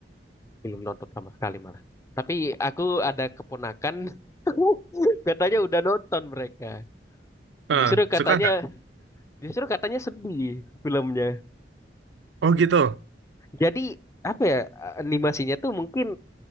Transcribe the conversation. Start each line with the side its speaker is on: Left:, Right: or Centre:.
Left: Belum nonton sama sekali malah. Tapi aku ada keponakan <laughs> katanya udah nonton mereka.
Right: Eh,
Left: Justru katanya
Right: suka nggak?
Left: justru katanya sedih filmnya.
Right: Oh gitu.
Left: Jadi apa ya animasinya tuh mungkin